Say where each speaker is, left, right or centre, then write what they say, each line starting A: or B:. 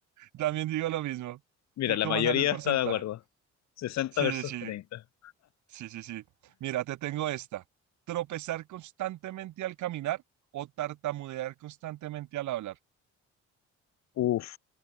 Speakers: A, on the right; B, on the left.
A: También digo lo mismo.
B: Mira,
A: ¿Qué,
B: la
A: cómo
B: mayoría
A: sale el porcentaje?
B: está de acuerdo. sesenta
A: Sí,
B: versus
A: sí,
B: treinta
A: sí, sí, sí. Mira, te tengo esta. Tropezar constantemente al caminar o tartamudear constantemente al hablar.
B: Uf,